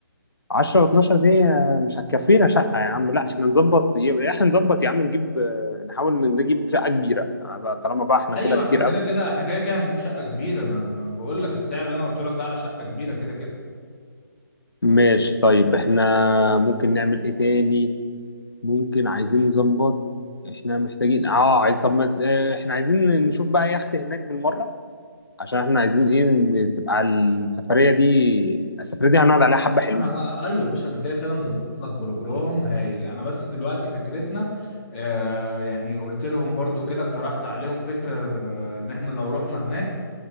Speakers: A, on the left; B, on the left.
A: 10 و12 دي آه، مش هتكفينا شقة يا عم لا احنا نظبط يبقى احنا نظبط يا عم نجيب آه، نحاول نجيب شقة كبيرة آه، بقى طالما بقى احنا
B: ايوه
A: كده كتير
B: احنا كده
A: قوي
B: كده احنا كده كده هنجيب شقه كبيره انا انا بقول لك السعر اللي انا قلت لك ده على شقه كبيره كده كده
A: ماشي طيب احنا ممكن نعمل ايه تاني ممكن عايزين نظبط احنا محتاجين اه عايز طب ما آه، احنا عايزين نشوف بقى يخت هناك بالمرة عشان احنا عايزين ايه إن تبقى السفرية دي السفرية دي هنقعد عليها حبة حلوين
B: انا بقى ايوه يا باشا انا كده كده مظبط لك بروجرام هايل انا بس دلوقتي فكرتنا آه يعني قلت لهم برضو كده اقترحت عليهم فكره آه، ان احنا لو رحنا هناك